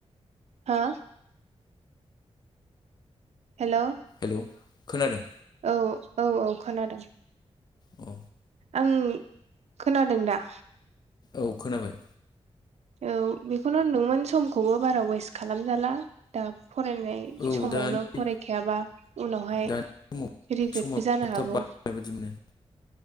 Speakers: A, on the right (about 75°); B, on the left (about 40°).
A: हो? हेल'।
B: हेलौ खोनादों?
A: औ। औ औ खोनादों।
B: अ।
A: आं, खोनादों दा?
B: औ खोनाबाय।
A: औ। बेखौनो होन्दोंमोन समखौबो बारा वेस्ट खालामजाला, दा फरायनाय
B: औ
A: समावनो
B: दा
A: फरायखायाबा उनावहाय
B: दानि समाव
A: रिग्रेटबो
B: समाबो
A: जानो
B: थाब
A: हागौ।
B: थाब बारनाय बायदि मोनो